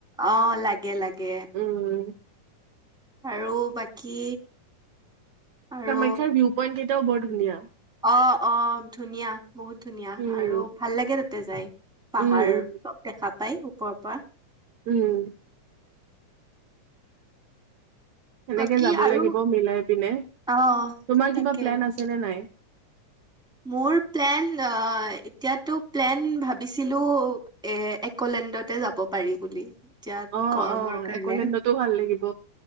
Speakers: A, in the centre; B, on the right.
A: অ' লাগে লাগে
B: উম
A: আৰু বাকী আৰু
B: কামাখ্যাৰ ভিউ পইণ্ট কেইটাওঁ বৰ ধুনীয়া ধুনীয়া
A: অঁ অঁ ধুনীয়া বহুত ধুনীয়া
B: উম
A: আৰু ভাল লাগে ত তে যায় পাহাৰ
B: উম উম
A: চব দেখা পাই ওপৰৰ পৰা
B: উম সেনেকে
A: বাকী
B: যাব
A: আৰু
B: লাগিব মিলাই পিনে
A: অ'
B: তোমাৰ
A: তাকে
B: কিবা প্লেন আছে নে নাই
A: মোৰ প্লেন এতিয়াতো প্লেন ভাবিছিলো এ একলেণ্ডতে যাব পাৰি বুলি এতিয়াত
B: অ
A: গৰমৰ
B: অ
A: কাৰণে
B: একলেণ্ডতো ভাল লাগিব